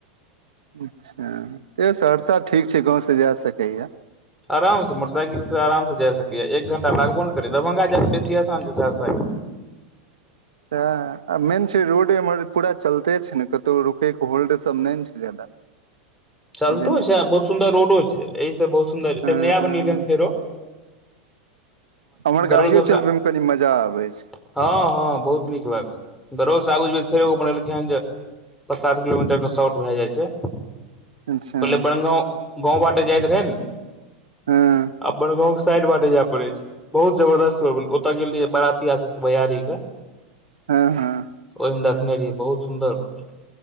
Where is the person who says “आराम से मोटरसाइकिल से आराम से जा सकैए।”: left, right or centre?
Centre